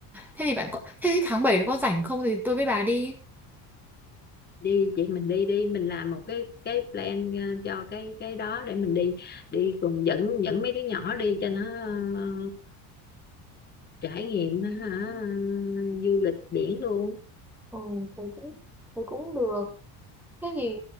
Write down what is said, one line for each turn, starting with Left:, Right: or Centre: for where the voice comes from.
Centre: thế thì bạn có, thế thì tháng 7 có rảnh không thì tôi với bà đi.
Left: đi chị mình đi đi mình làm một cái cái plan ờ, cho cái cái đó để mình đi đi cùng dẫn dẫn mấy đứa nhỏ đi cho nó ờ, trải nghiệm ờ, hả, du lịch biển luôn
Centre: Ừ, thế cũng thế cũng được Thế thì